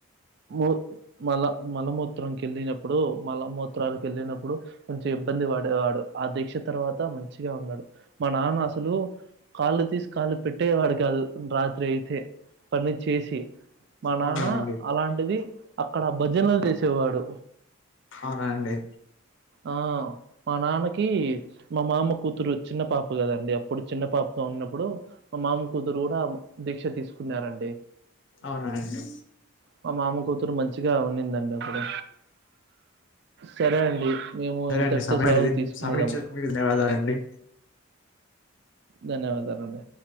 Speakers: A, on the right; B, on the left.
A: మూ మల మలమూత్రంకి వెళ్ళినప్పుడు మల మూ త్రానికి వెళ్ళినప్పుడు కొంచెం ఇబ్బంది పడేవాడు ఆ దీక్ష తర్వాత మంచిగా ఉన్నాడు మా నాన్న అసలు కాళ్ళు తీసి కాళ్ళు పెట్టేవాడు కాదు రాత్రి అయితే పని చేసి మా నాన్న
B: అవునానండి
A: అలాంటిది అక్కడ భజనలు చేసేవాడు
B: అవున అండి
A: ఆ మా నాన్నకి మా మామ కూత్ తురు చిన్న పాప కదండి అప్పుడు చిన్న పాపతో ఉన్నప్పుడు మా మామ కూతురు కూడా దీక్ష తీసుకున్నారండి
B: అవునా అండి
A: మా మామ కూతురు మంచిగా ఉన్నిందండి అప్పుడు సరే అండి మేము
B: సరే
A: ఇంతటితో
B: అండి సమయం
A: సెలవు
B: <inaudible>
A: తీసుకునేదాము.
B: సమయం ఇచ్చినందుకు మీకు ధన్యవాదాలు అండి
A: ధన్యవాదాలు అండి